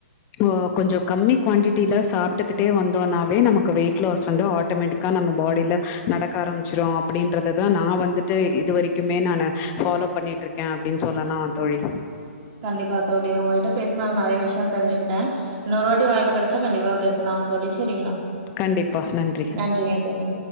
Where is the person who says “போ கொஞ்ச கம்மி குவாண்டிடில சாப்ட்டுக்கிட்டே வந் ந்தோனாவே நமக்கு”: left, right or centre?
Left